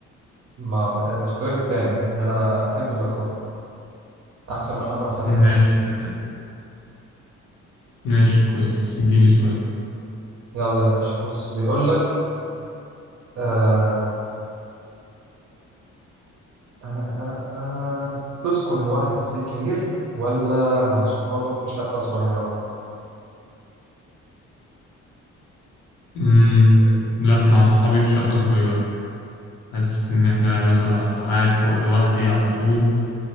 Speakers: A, on the right; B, on the left.
A: ما ما- الاختيار التاني ان انا احب اللي اكرهه احسن من ان انا اكره حد احبه
B: ماشي ماشي كويس اديني سؤال
A: يلا يا باشا بص بيقول لك آه آه آه آه تسكن لوحدك في بيت كبير ولا مع صحابك في شقة صغيرة
B: مم. لا مع صحابي في شقة صغيرة حاسس إن إحنا مثلا قاعد فوق لوحدي على طول